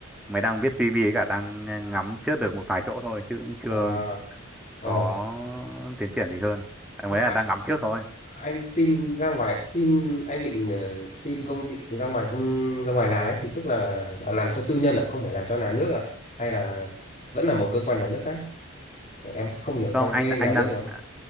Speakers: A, in the centre; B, on the left.
A: mới đang viết CV ấy cả đang à, ngắm trước được một vài chỗ thôi chứ cũng chưa
B: à,
A: có
B: ồ
A: tiến triển gì hơn. Anh
B: ơ,
A: mới là
B: à,
A: đang ngắm trước thôi.
B: anh xin ra ngoài xin anh định ờ, xin công ty ra ngoài công ra ngoài làm ấy thì tức là giờ làm cho tư nhân à không phải làm cho nhà nước à hay là vẫn là một cơ quan nhà nước khác Kiểu em không hiểu
A: Không
B: trong
A: anh
B: cái nhà
A: anh
B: nước
A: đang
B: lắm
A: à